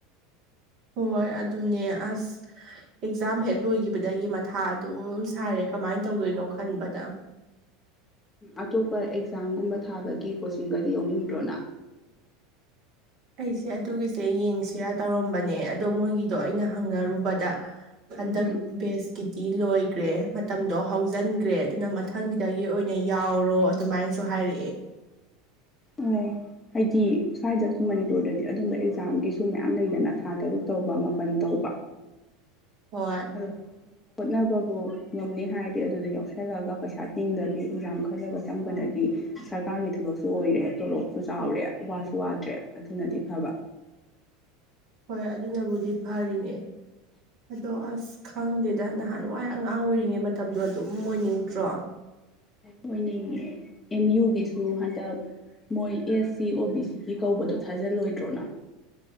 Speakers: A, on the right; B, on the left.
A: ꯍꯣꯏ ꯑꯗꯨꯅꯦ ꯑꯁ ꯑꯦꯛꯖꯥꯝ ꯍꯦꯛ ꯂꯣꯏꯈꯤꯕꯗꯒꯤ ꯃꯊꯥ ꯑꯗꯨꯝ ꯁꯥꯔꯦ ꯀꯃꯥꯏꯅ ꯇꯧꯗꯣꯏꯅꯣ ꯈꯟꯕꯗ
B: ꯑꯇꯣꯞꯄ ꯑꯦꯛꯖꯥꯝꯒꯨꯝꯕ ꯊꯥꯕꯒꯤ ꯀꯣꯆꯤꯡꯒꯗꯤ ꯌꯥꯎꯅꯤꯡꯗ꯭ꯔꯣ ꯅꯪ
A: ꯑꯩꯁꯦ ꯑꯗꯨꯒꯤꯁꯦ ꯌꯦꯡꯁꯤꯔꯥ ꯇꯧꯔꯝꯕꯅꯦ ꯑꯗꯣ ꯃꯣꯏꯒꯤꯗꯣ ꯑꯩꯅ ꯍꯪꯅꯔꯨꯕꯗ ꯍꯟꯗꯛ
B: ꯎꯝ
A: ꯞꯦꯁ ꯀꯤꯗꯤ ꯂꯣꯏꯒ꯭ꯔꯦ ꯃꯇꯝꯗꯣ ꯍꯧꯖꯤꯟꯒ꯭ꯔꯦ ꯑꯗꯨꯅ ꯃꯊꯪꯒꯤꯗꯒꯤ ꯑꯣꯏꯅ ꯌꯥꯎꯔꯣ ꯑꯗꯨꯃꯥꯏꯅꯁꯨ ꯍꯥꯏꯔꯛꯑꯦ
B: ꯑꯣ ꯍꯥꯏꯗꯤ ꯁ꯭ꯋꯥꯏꯗ ꯃꯅꯤꯄꯨꯔꯗꯗꯤ ꯑꯗꯨꯝꯕ ꯑꯦꯛꯖꯥꯝꯒꯤꯁꯨ ꯃꯌꯥꯝ ꯂꯩꯗꯅ ꯊꯥ ꯇꯔꯨꯛ ꯇꯧꯕ ꯃꯥꯄꯟ ꯇꯧꯕ
A: ꯍꯣꯏ
B: <unintelligible> ꯍꯣꯠꯅꯕꯕꯨ ꯉꯝꯅꯤ ꯍꯥꯏꯔꯗꯤ ꯑꯗꯨꯗ ꯌꯥꯎꯁꯜꯂꯒ ꯄꯩꯁꯥ ꯇꯤꯡꯗꯕꯤ ꯑꯦꯛꯖꯥꯝ ꯈꯜꯂꯒ ꯆꯪꯕꯅꯗꯤ ꯁ꯭꯭ꯔꯀꯥꯔꯒꯤ ꯊꯕꯛꯁꯨ ꯑꯣꯏꯔꯦ ꯇꯣꯂꯣꯞꯁꯨ ꯆꯥꯎꯔꯦ ꯋꯥꯁꯨ ꯋꯥꯗ꯭ꯔꯦ ꯑꯗꯨꯅꯗꯤ ꯐꯕ
A: ꯍꯣꯏ ꯑꯗꯨꯅꯕꯨꯗꯤ ꯐꯔꯤꯅꯦ ꯑꯗꯣ ꯑꯁ ꯈꯪꯗꯦꯗ ꯅꯍꯥꯟꯋꯥꯏ ꯑꯉꯥꯡ ꯑꯣꯏꯔꯤꯉꯩ ꯃꯇꯝꯗꯣ ꯑꯗꯨꯝ ꯑꯣꯏꯅꯤꯡꯗ꯭ꯔꯣ
B: ꯑꯣꯏꯅꯤꯡꯉꯦ ꯑꯦꯝ ꯌꯨꯒꯤꯁꯨ ꯍꯟꯗꯛ ꯃꯣꯏ ꯑꯦꯁ ꯁꯤ ꯑꯣ ꯕꯤ ꯁꯤꯒꯤ ꯀꯧꯕꯗꯣ ꯊꯥꯖꯤꯜꯂꯣꯏꯗ꯭ꯔꯣ ꯅꯪ